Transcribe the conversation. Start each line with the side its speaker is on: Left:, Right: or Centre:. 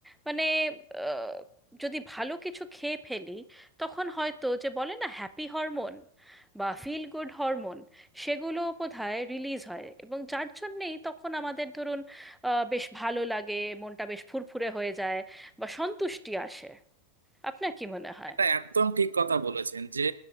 Centre: মানে আহ, যদি ভালো কিছু খেয়ে ফেলি তখন হয়তো যে বলে না হ্যাপি হরমোন বা ফিল গুড হরমোন সেগুলো বোধহয় রিলিজ হয় এবং যার জন্যেই তখন আমাদের ধরুন আহ, বেশ ভালো লাগে মনটা বেশ ফুরফুরে হয়ে যায় বা সন্তুষ্টি আসে আপনার কি মনে হয়
Right: এটা একদম ঠিক কথা বলেছেন যে